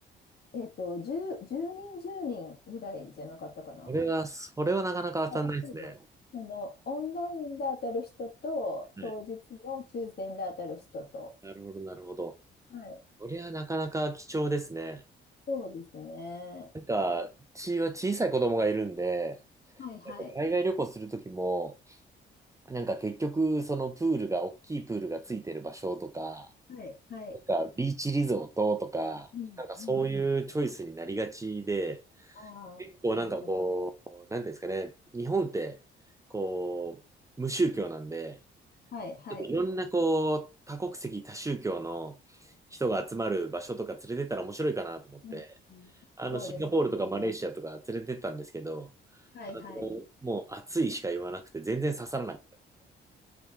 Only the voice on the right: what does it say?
それは、それはなかなか当たんないですね。
はい、
なるほど、なるほど。
それはなかなか貴重ですね。
なんか、うちは小さい子供がいるんで、
なんか海外旅行するときも、なんか結局、そのプールが、大きいプールがついてる場所とか、
なんか、ビーチリゾートとか、
なんかそういうチョイスになりがちで、
結構なんかこう、
なんていうんですかね、日本って、こう、無宗教なんで、
ちょっといろんなこう、
多国籍、多宗教の人が集まる場所とか連れてったら面白いかなと思って、
あの、シンガポールとかマレーシアとか連れてったんですけど、
あの、
もう暑いしか言わなくて全然刺さらない。